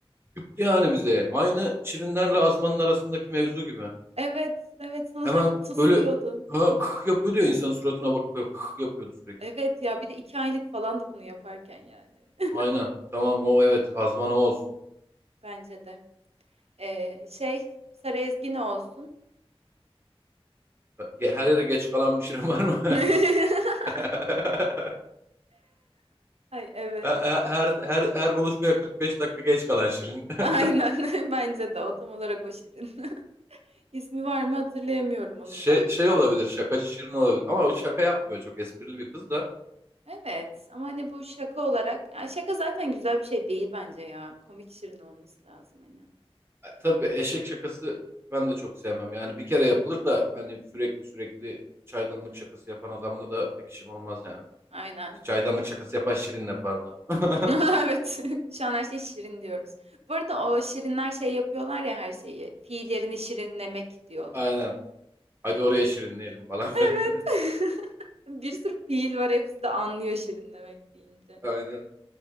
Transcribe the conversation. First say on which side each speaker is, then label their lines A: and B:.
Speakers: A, on the right (about 20°); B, on the right (about 80°).
A: küktü yani bize. Aynı şirinlerle azmanın arasındaki mevzu gibi.
B: Evet. Evet sana
A: Hemen
B: sürekli tıslıyordu.
A: böyle ha, kık yapıyordu ya insanın suratına bakıyor kık yapıyordu sürekli.
B: Evet ya bir de iki aylık falandı bunu yaparken yani. <laughs>
A: Aynen. Tamam o evet azman o olsun.
B: Bence de. Ee, şey Sarı Ezgi ne olsun?
A: Ge- Her yere geç kalan bir şirin var mı?
B: <laughs>
A: <laughs>
B: Ay evet.
A: Her her her her buluşmaya 45 dakika geç kalan Şirin. <laughs>
B: Aynen <laughs> bence de o tam olarak o şirin. <laughs> İsmi var mı hatırlayamıyorum onun
A: Şey
B: da.
A: şey olabilir, şakacı Şirin olabilir ama o şaka yapmıyor çok esprili bir kız da.
B: Evet ama hani bu şaka olarak ya şaka zaten güzel bir şey değil bence ya. Komik şirin olması lazım hani.
A: E, Tabii eşek şakası ben de çok sevmem. Yani bir kere yapılır da hani sürekli sürekli çaydanlık şakası yapan adamla da pek işim olmaz yani.
B: Aynen.
A: Çaydanlık şakası yapan Şirin'le pardon. <laughs>
B: <laughs> Evet <laughs> şu an her şey şirin diyoruz. Bu arada o şirinler şey yapıyorlar ya her şeyi. Fiil yerini şirinlemek diyorlar.
A: Aynen. Hadi oraya şirinleyelim falan
B: Evet.
A: filan. <laughs>
B: <laughs> Bir sürü fiil var hepsi de anlıyor şirinlemek deyince.
A: Aynen.